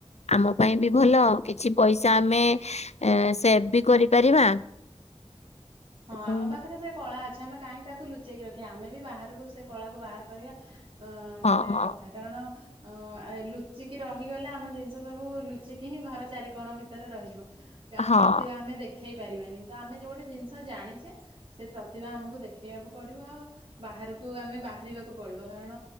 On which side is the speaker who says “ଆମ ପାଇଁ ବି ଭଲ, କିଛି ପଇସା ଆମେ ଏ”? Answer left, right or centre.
Left